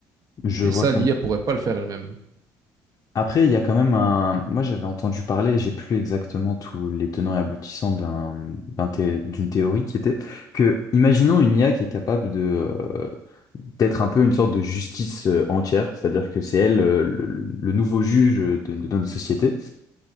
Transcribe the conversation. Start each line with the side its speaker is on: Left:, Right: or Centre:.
Left: Je
Right: Et
Left: vois
Right: ça,
Left: très
Right: l'IA
Left: bien.
Right: pourrait pas le faire elle-même.
Left: Après, il y a quand même un. Moi, j'avais entendu parler, j'ai plus exactement tous les tenants et aboutissants d'un, d'un thé- d'une théorie qui était que, imaginons une IA qui est capable de, euh, d'être un peu une sorte de justice euh, entière, c'est-à-dire que c'est elle euh, le, le- le nouveau juge euh, de, de notre société.